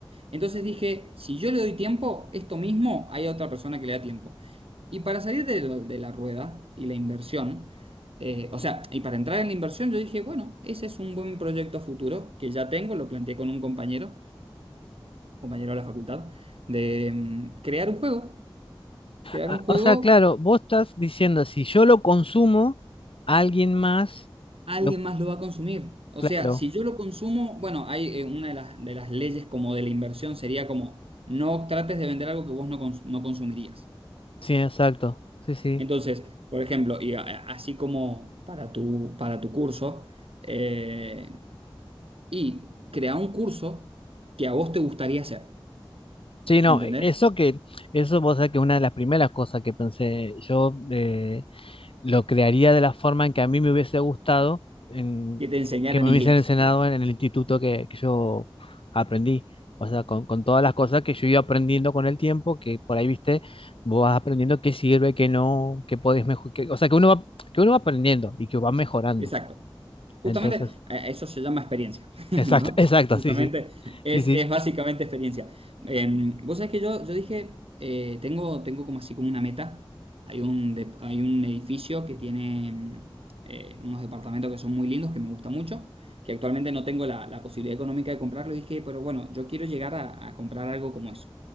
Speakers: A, on the right; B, on the left.
A: Entonces dije, si yo le doy tiempo, esto mismo hay otra persona que le da tiempo. Y para salir de, la de la rueda y la inversión, eh, o sea, y para entrar en la inversión, yo dije, bueno, ese es un buen proyecto futuro que ya tengo, lo planteé con un compañero, compañero de la facultad, de mm, crear un juego. Crear
B: Ah,
A: un juego,
B: o sea, claro, vos estás diciendo, si yo lo consumo, alguien más,
A: alguien
B: lo,
A: más lo va a consumir. O
B: claro.
A: sea, si yo lo consumo, bueno, hay eh, una de las, de las leyes como de la inversión sería como, no trates de vender algo que vos no, cons- no consumirías.
B: Sí, exacto. Sí, sí.
A: Entonces, por ejemplo, y a- así como para tu, para tu curso, eh, y crea un curso que a vos te gustaría hacer,
B: Sí, no,
A: ¿me entendés?
B: e, eso que, eso vos sabés que es una de las primeras cosas que pensé, yo eh, lo crearía de la forma en que a mí me hubiese gustado, en,
A: Que te enseñaran
B: eh, que me
A: inglés,
B: hubiesen enseñado
A: por ejemplo.
B: en, el instituto que, que yo aprendí, o sea, con, con todas las cosas que yo iba aprendiendo con el tiempo, que por ahí, viste, vos vas aprendiendo qué sirve, qué no, qué podés mejorar, o sea, que uno va, que uno va aprendiendo y que va mejorando,
A: Exacto. Justamente,
B: entonces,
A: eh, eso se llama experiencia, <laughs>
B: exacto,
A: ¿no?
B: <laughs> exacto,
A: Justamente,
B: sí, sí,
A: es,
B: sí, sí,
A: es básicamente experiencia. Eh, vos sabés que yo, yo dije, eh, tengo, tengo como así como una meta. Hay un, dep- hay un edificio que tiene mm, eh, unos departamentos que son muy lindos, que me gusta mucho, que actualmente no tengo la, la posibilidad económica de comprarlo. Y dije, pero bueno, yo quiero llegar a, a comprar algo como eso.